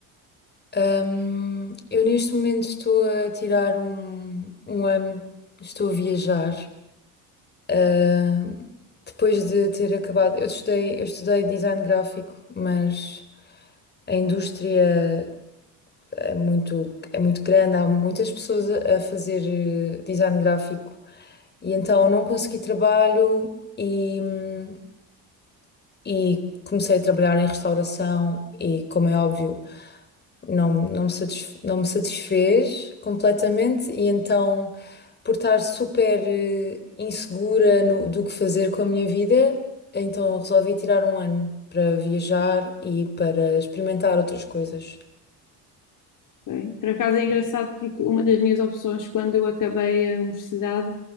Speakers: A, on the left; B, on the left.
A: Ahm, eu neste momento estou a tirar um, um ano, estou a viajar. Ah, depois de ter acabado, eu estudei, eu estudei design gráfico, mas a indústria é muito, é muito grande, há muitas pessoas a a fazer eh, design gráfico e então não consegui trabalho e, hum, e comecei a trabalhar em restauração e, como é óbvio, não, não me satisf- não me satisfez completamente e então, por estar super eh, insegura no- do que fazer com a minha vida, então resolvi tirar um ano para viajar e para experimentar outras coisas.
B: Ok. Por acaso é engraçado porque uma das minhas opções quando eu acabei a universidade